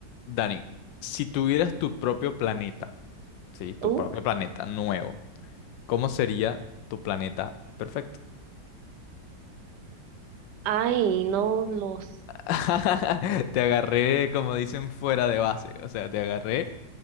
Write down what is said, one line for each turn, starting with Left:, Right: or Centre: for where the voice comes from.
Left: Dani, si tuvieras tu propio planeta, sí, tu
Right: Uh,
Left: propio planeta nuevo, ¿cómo sería tu planeta perfecto?
Right: ay, no lo sé.
Left: <laughs> Te agarré, como dicen, fuera de base, o sea, te agarré